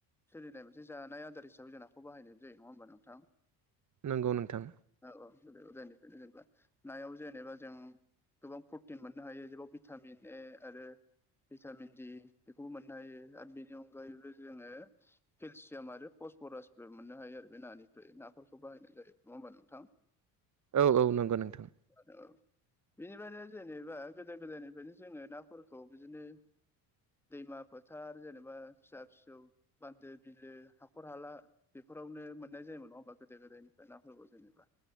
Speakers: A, in the centre; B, on the right (about 40°).
A: सोलिनाय मोनसे जानाय आदार हिसाबै जों नाखौबो बाहायनाय जायो नङा होमबा नोंथां?
B: नोंगौ नोंथां
A: औ औ गोदो गोदायनिफ्रायनो जेनेबा नायाव जेनेबा जों गोबां प्रटिन मोननो हायो जेराव भिटामिन ए आरो भिटामिन दि बेखौबो मोननो हायो आरो बेनि अनगायैबो जोङो केलसियाम आरो पसफरासबो मोननो हायो आरो बे नानिफ्राय नाफोरखौ बाहायनाय जायो नङा होमबा नङा नोंथां
B: औ औ नंगौ नोंथां
A: आरो बिनिफ्रायनो जेनेबा गोदो गोदायनिफ्रायनो जोङो नाफोरखौ बिदिनो दैमा फोथार जेनेबा फिसा फिसौ बान्दो, बिलो, हाखर हाला बेफोरावनो मोननाय जायोन नङा होमबा गोदो गोदायनिफ्राय नाफोरखौ जेनेबा?